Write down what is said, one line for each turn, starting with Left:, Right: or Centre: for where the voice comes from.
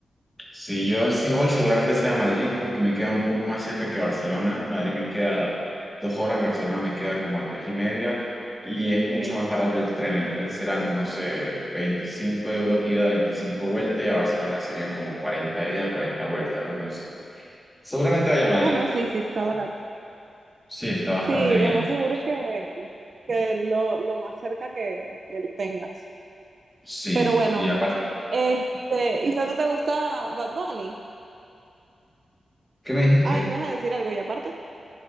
Centre: si yo sí voy, seguramente sea a Madrid porque me queda un poco más cerca que Barcelona. Madrid me queda dos horas, Barcelona me queda como a tres y media y es
Right: Ok.
Centre: mucho más barato el tren. El tren serán, no sé, 25 euros ida, 25 vuelta y a Barcelona serían como 40 ida, 40 vueltas, ¿no? Entonces, seguramente vaya a Madrid.
Right: Ah, no, sí, sí, está barato.
Centre: Sí, está bastante
Right: Sí,
Centre: bien.
Right: lo más seguro es que, que lo, lo más cerca que, que tengas.
Centre: Sí,
Right: Pero bueno,
Centre: y aparte,
Right: este, ¿y solo te gusta Bad Bunny?
Centre: ¿qué me dijiste?
Right: Ah, ibas a decir algo y aparte.